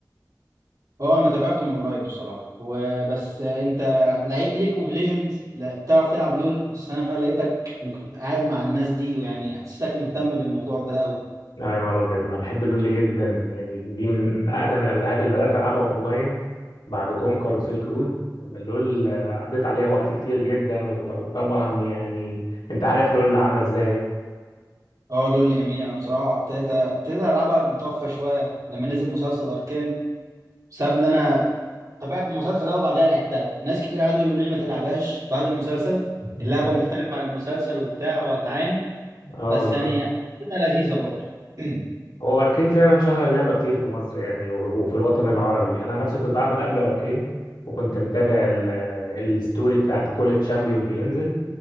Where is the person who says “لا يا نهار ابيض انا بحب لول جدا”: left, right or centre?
Left